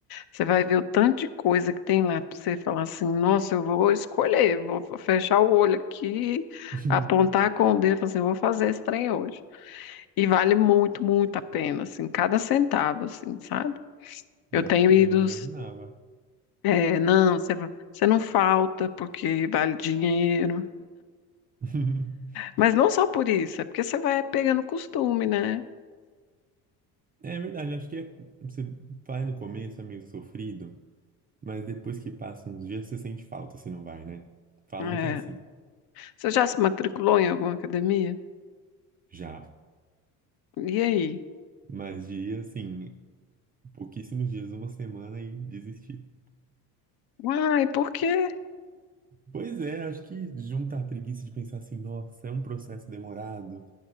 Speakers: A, on the left; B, on the right.
A: Você vai ver o tanto de coisa que tem lá para você falar assim, nossa, eu vou escolher, vou fechar o olho aqui,
B: <laughs>
A: apontar com o dedo, falar assim, eu vou fazer esse trem hoje. E vale muito, muito a pena, assim, cada centavo, assim, sabe? Eu
B: Né?
A: tenho
B: E
A: ido,
B: eu não imaginava.
A: é, não, você, você não falta porque vale dinheiro,
B: <laughs>
A: mas não só por isso, é porque você vai pegando costume, né?
B: É verdade, acho que é- você vai no começo, é meio sofrido, mas depois que passa uns dias você sente falta se não vai, né? Falam
A: É.
B: que é assim,
A: Você já se matriculou em alguma academia?
B: já.
A: E aí?
B: Mas dias assim, Pouquíssimos dias, uma semana e desistir.
A: Uai, por quê?
B: Pois é, acho que junta a preguiça de pensar assim, nossa, é um processo demorado,